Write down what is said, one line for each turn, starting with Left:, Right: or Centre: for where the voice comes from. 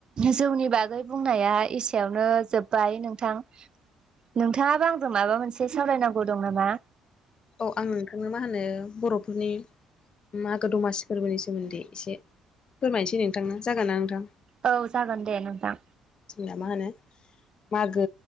Right: जौनि बागै बुंनाया एसेयावनो जोब्बाय नोंथां नोंथाङाबो आंजों माबा मोनसे सावरायनांगौ दं नामा
Left: औ आं नोंथांनो मा होनो बर'फोरनि मागो दमासि फोरबोनि सोमोन्दै एसे फोरमायनोसै नोंथांनो जागोन ना नोंथां
Right: औ जागोन दे नोंथां
Left: जोंना मा होनो मागो